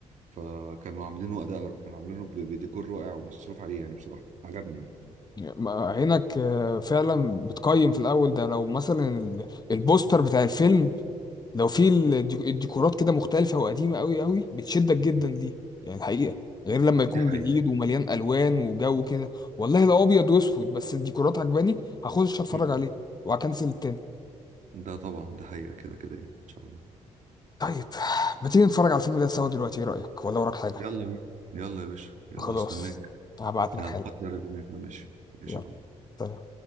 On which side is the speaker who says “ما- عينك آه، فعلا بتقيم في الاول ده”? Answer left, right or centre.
Left